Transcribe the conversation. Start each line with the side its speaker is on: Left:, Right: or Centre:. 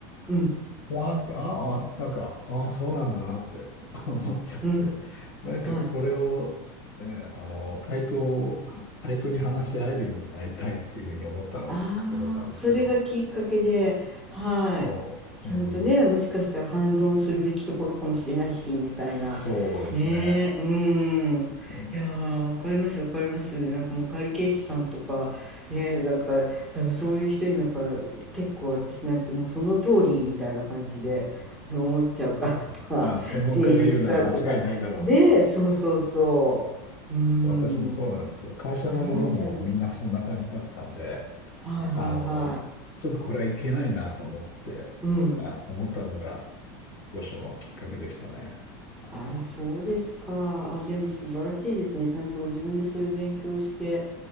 Centre: うん、
Left: わーんって、ああ、なんか、ああ、そうなんだなって <laughs> 思っちゃって、
Centre: うん。
Left: なんかこれを、
Centre: はい。
Left: えーあの、対等、対等に話し合えるようになりたいっていうふうに思ったのがきっかけだったんですけど、
Centre: ああ、それがきっかけで、はい。
Left: そう、
Centre: ちゃんとね、
Left: うん、
Centre: もしかしたら反論するべきところかもしれないし、みたいな。
Left: そうですね。
Centre: ねえ、うん。
Left: うん、
Centre: いやー、わかります、わかります。なんかもう会計士さんとか、ね、なんか多分そういう人になんか結構私なんてもうその通りみたいな感じで思っちゃうから、
Left: まあ、専門家が言うなら間違いないだろうってね、
Centre: <laughs> 税理士さんとか。ねえ、そうそうそう。うん。
Left: 私もそうなんですよ。会社のものもみんなそんな感じだったんで、
Centre: ありますよね。はいはいは
Left: あの、ちょっとこれはいけないなと思って、
Centre: い。うん。
Left: あ、思ったのが、当初のきっかけでしたね。
Centre: ああ、そうですか。あ、でも素晴らしいですね。ちゃんとご自分でそれ勉強して、